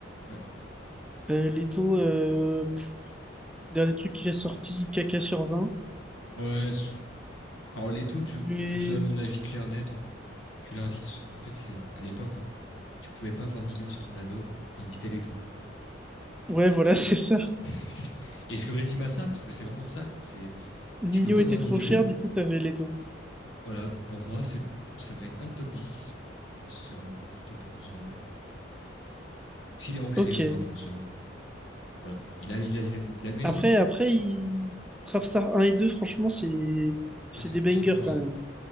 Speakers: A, on the left (about 80°); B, in the centre.
A: Ouais.
B: Euh, Leto, euh, pff, dernier truc qu'il a sorti, caca sur vingt
A: Ouais, c'est- alors les taux, tu,
B: Mais,
A: tu veux que je te donne mon avis clair net, hein. tu l'invites. En fait, c'est à l'époque, hein, tu pouvais pas avoir Nino sur ton album, t'invitais Leto.
B: ouais, voilà, <laughs> c'est ça.
A: <laughs> et je le résume à ça parce que c'est vraiment ça, quoi. C'est,
B: Nino
A: tu peux pas
B: était
A: avoir Nino.
B: trop cher, du coup, t'avais Leto.
A: Voilà, pour moi, c'est, ça mérite pas le top dix mais c'est un bon top onze vingt S'il est ancré
B: Ok.
A: dans le rap français, voilà. Il a, il a, il a, il a le mérite
B: Après,
A: d'être là.
B: après, il... Trapstar un et deux franchement, c'est, c'est
A: Ah, c'est,
B: des bangers
A: c'est fort.
B: quand même.
A: hein.